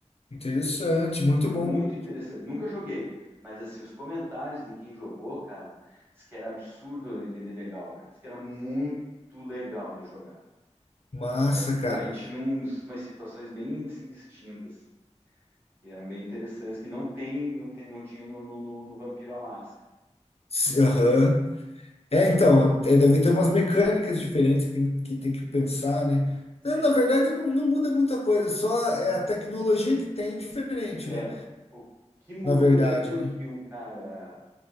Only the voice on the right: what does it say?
muito interessante. Nunca joguei, mas assim, os comentários de quem jogou, cara, diz que era absurdo de, de legal, cara. Diz que era muito legal de jogar.
Que daí-
aí tinha uns, umas situações bem assim, distintas, que eram bem interessantes, que não tem, não tem, não tinha no, no, no- no Vampiro à Máscara.
Eles,
é,
o que, mo-
o que eu lembro
que um cara,